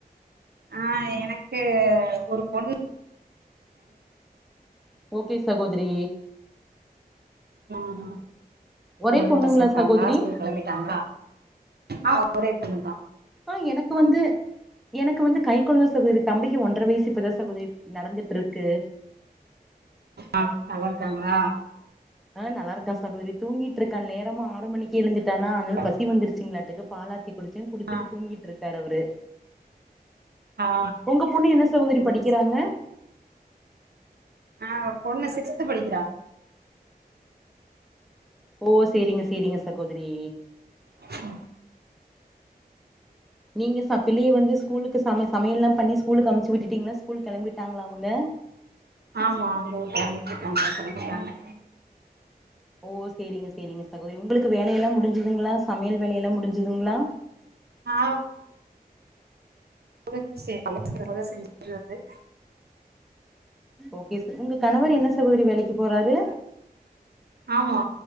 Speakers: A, on the right; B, in the centre.
A: ஆ எனக்கு ஒரு பொண்ணு
B: ஓகே சகோதிரி
A: அ அ
B: ஒரே
A: ஒங்களுக்
B: பொண்ணுங்களா
A: பசங்க இருக்காங்ளா
B: சகோதரி
A: ஸ்கூல் கெளம்பிட்டாங்ளா ஆமா ஒரே பொண்ணு தா
B: ஆ எனக்கு வந்து எனக்கு வந்து கைக்கொழந்த சகோதரி தம்பிக்கு ஒன்ற வயசு இப்பதா சகோதரி நடந்துட்ருக்கு
A: ஆ நல்லா இருக்காங்ளா
B: ஆ நல்ல இருக்கா சகோதரி தூங்கிட்ருக்கா நேரமா ஆறு மணிக் எழுந்துட்டானா ஆதனால
A: ம்
B: பசி வந்துருச்சுங்களாட்டுக்கு பாலாத்தி குடிச்ச குடிச்சிட்டு
A: ஆ
B: தூங்கிட்ருக் காரு அவரு
A: ஆ
B: ஒங்க பொண்ணு என்ன சகோதரி
A: சரி
B: படிக்கிறாங்க
A: சரி ஆ பொண்ணு சிக்ஸ்த்து படிக்கிறா
B: ஓ சேரிங்க சேரிங்க சகோதரி
A: ஆ
B: நீங்க ச பிள்ளைய வந்து ஸ்கூலுக்கு சம சமையல்லா பண்ணி ஸ்கூலுக்கு அம்ச்சி விட்டுட்டீங்ளா ஸ்கூல் கெளம்பிட்டாங்ளா அவுங்க
A: ஆமா இதோ கெளம்பிட்ருக்காங்க கெளம்பிட்டாங்க
B: ஓ சேரிங்க சேரிங்க சகோதரி ஒங்ளுக்கு வேலையெல்லா முடிஞ்சதுங்ளா சமையல் வேலையெல்லா முடிஞ்சதுங்ளா
A: ஆ முடிஞ்ச்சி சமயல் இப்பதா செஞ்சிட்டு வந்த
B: ஓகே உங்க கணவர் என்ன சகோதரி வேலைக்கி போறாரு
A: ஆமா